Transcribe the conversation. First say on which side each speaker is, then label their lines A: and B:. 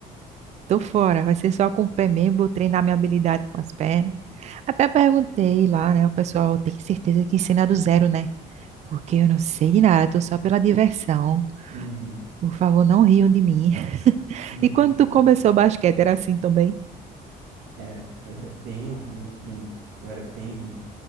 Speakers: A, on the right; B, on the right.
A: Tô fora, vai ser só com o pé mesmo, vou treinar minha habilidade com as pernas. Até perguntei lá, né? O pessoal tem certeza que ensina do zero, né? Porque eu não sei de nada, tô só pela diversão.
B: Uhum.
A: Por favor, não riam de mim. <laughs>
B: <laughs>
A: E quando tu começou o basquete, era assim também?
B: Era, eu era bem ruim, ruim. eu era bem ruim.